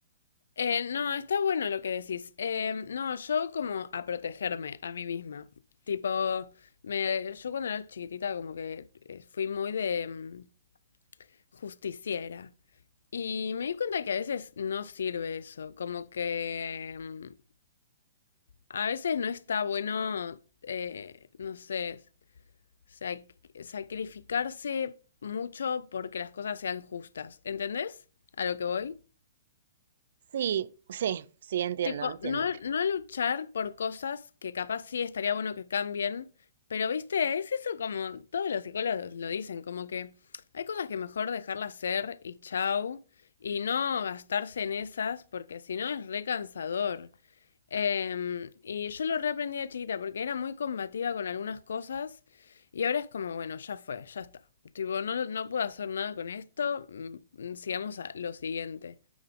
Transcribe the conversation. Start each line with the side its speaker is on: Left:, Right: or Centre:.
Left: Eh, no, está bueno lo que decís. Eh, no, yo como a protegerme a mí misma. Tipo, me, yo cuando era chiquitita como que eh, fui muy de mm, justiciera. Y me di cuenta que a veces no sirve eso, como que... mm, A veces no está bueno, eh, no sé, sac- sacrificarse mucho porque las cosas sean justas. ¿Entendés a lo que voy?
Right: Sí, sí, sí, entiendo,
Left: Tipo,
Right: entiendo.
Left: no, no luchar por cosas que capaz sí estaría bueno que cambien, pero viste, es eso como todos los psicólogos lo dicen, como que hay cosas que mejor dejarlas ser y chau, y no gastarse en esas porque si no es re cansador. Em, y yo lo reaprendí de chiquita porque era muy combativa con algunas cosas y ahora es como, bueno, ya fue, ya está. Tipo, no, no puedo hacer nada con esto, mm, mm, sigamos a lo siguiente.